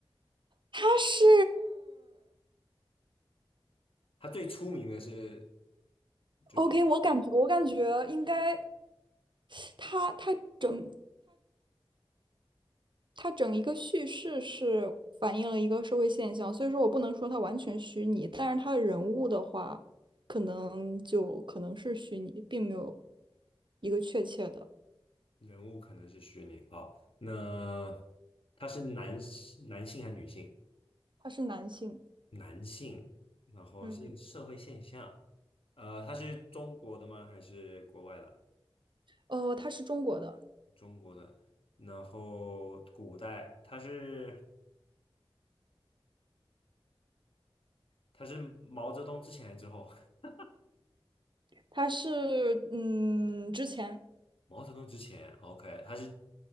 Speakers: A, on the right (about 55°); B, on the left (about 70°).
A: 他是
B: 它最出名的是就是。
A: OK，我感觉我感觉应该，他他整他整一个叙事是反映了一个社会现象，所以说我不能说它完全虚拟，但是它的人物的话，可能就可能是虚拟，并没有一个确切的。
B: 人物可能是虚拟。好，那他是男男性还是女性？
A: 他是男性，
B: 男性，然后是一个社会现象。
A: 嗯，
B: 呃，他是中国的吗？还是国外的？
A: 呃，他是中国的，
B: 中国的。然后古代，他是他是毛泽东之前还是之后？<laughs>
A: 他是嗯之前
B: 毛泽东之前，OK，他是